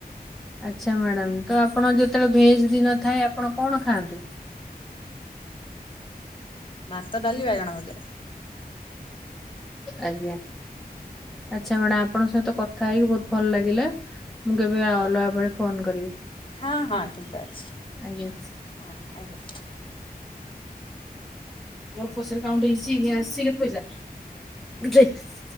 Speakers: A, in the centre; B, on the left.
A: ଆଛା ମ୍ୟାଡ଼ାମ ତ ଆପଣ ଯେତେବେଳେ ଭେଜ ଦିନ ଥାଏ ଆପଣ କଣ ଖାଆନ୍ତି?
B: ଭାତ ଡାଲିି ବାଇଗଣ ଭଜା।
A: ଆଜ୍ଞା ଆଚ୍ଛା ମାଡାମ୍ ଆପଣଙ୍କ ସହିତ କଥା ହେଇକି ବହୁତ୍ ଭଲ ଲାଗିଲା। ମୁଁ କେବେ ଅଲଗା
B: ହଁ
A: ବେଳେ ଫୋନ କରିବି,
B: ହଁ ହଁ ଠିକ ଅଛି
A: ଆଜ୍ଞା
B: ହଁ ଆଜ୍ଞା।
A: ମୋର ପଛରେ କାଉଣ୍ଟ ହେଇଚି ଇନେ ଆସିଚି କେତେ ପଇସା?